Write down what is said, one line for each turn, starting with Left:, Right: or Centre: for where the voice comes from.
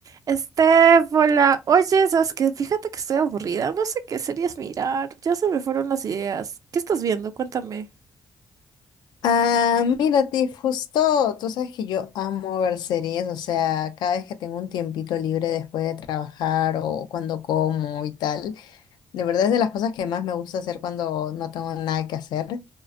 Right: Estéfola, oye, sabes que fíjate que estoy aburrida, no sé qué series mirar, ya se me fueron las ideas. ¿Qué estás viendo? Cuéntame.
Left: Ah, mira, Tiff, justo, tú sabes que yo amo ver series, o sea, cada vez que tengo un tiempito libre después de trabajar o cuando como y tal, de verdad es de las cosas que más me gusta hacer cuando no tengo nada que hacer.